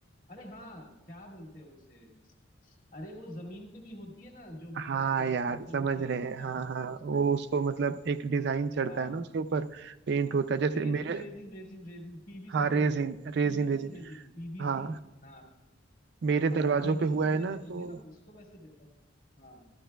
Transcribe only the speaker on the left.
अरे हाँ क्या बोलते हैं उसे अरे वो जमीन पे भी होती है ना जो मतलब
प्लास्टिक
की होती
है
यार
क्या
बोलते
हैं उसका
हाँ
resin
resin resin resin PVC
resin
PVC
resin PVC
हाँ
हाँ
पीवीसी
रेजिन
होती
है ना उसको वैसे देता है हाँ